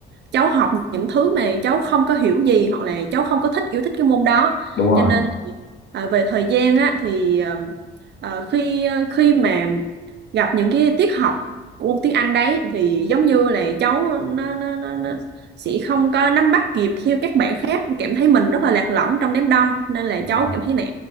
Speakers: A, on the right; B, on the left.
A: cháu học những thứ mà cháu không có hiểu gì hoặc là cháu không có thích yêu thích cái môn đó
B: đúng rồi
A: cho nên à, về thời gian á thì à, à, khi à, khi mà gặp những cái tiết học của môn tiếng Anh đấy thì giống như là cháu nó, nó, nó, nó sẽ không có nắm bắt kịp theo các bạn khác cảm thấy mình rất là lạc lõng trong đám đông nên là
B: đúng
A: cháu
B: rồi
A: cảm thấy nản